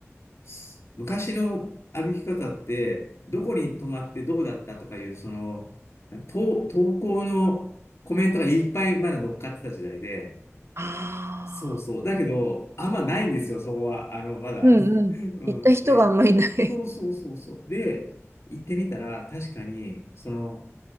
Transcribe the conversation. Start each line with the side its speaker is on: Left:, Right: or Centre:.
Left: す昔の歩き方って、どこに泊まってどうだったとかいう、その、投、投稿のコメントがいっぱいまだ乗っかってた時代で、
Right: ああ、
Left: そうそう。だけど、あんまないんですよ、そこは。あの、まだ。
Right: うんうん。
Left: <laughs> うん。
Right: 行った人があんまりいない。
Left: で、そうそうそうそう。で、行ってみたら、確かに、その、